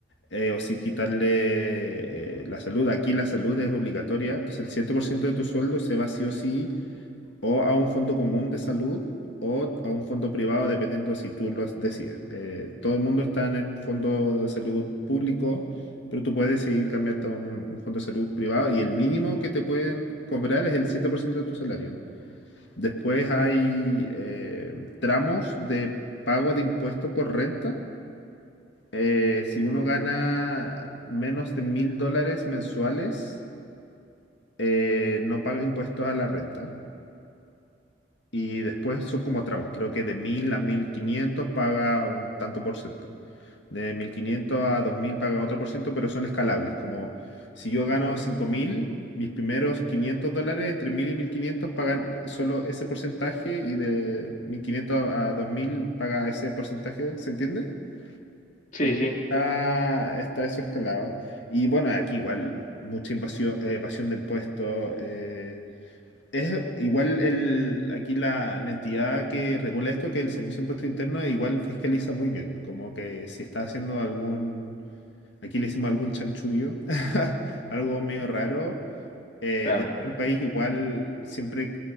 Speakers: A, on the left; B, on the left.
A: eh, o sin quitarle eh, la salud. Aquí la salud es obligatoria, entonces el 7% de tu sueldo se va sí o sí o a un fondo común de salud o a un fondo privado, dependiendo si tú lo decides. Eh, todo el mundo está en el fondo de salud público, pero tú puedes decidir cambiarte a un, un fondo de salud privado y el mínimo que te pueden cobrar es el 7% de tu salario. Después hay eh, tramos de pago de impuesto por renta. Eh, si uno gana menos de mil dólares mensuales, eh, no paga impuestos a la renta. Y después son como tramos, creo que de 1000 a 1500 paga un tanto por ciento. De 1500 a 2000 paga otro por ciento, pero son escalables. Como si yo gano cinco mil mis primeros 500 dólares entre 1000 y 1500 pagan solo ese porcentaje y de 1500 a 2000 paga ese porcentaje. ¿Se entiende?
B: Sí,
A: Como
B: sí,
A: que está, está eso escalado. Y bueno, aquí igual mucha invasión, evasión de impuestos. eh, es igual el, aquí la, la entidad que regula esto, que el Servicio de Impuesto Interno, igual fiscaliza muy bien, como que si está haciendo algún, aquí le hicimos algún chanchullo, <laughs> algo medio raro, eh,
B: claro.
A: dentro del país igual siempre,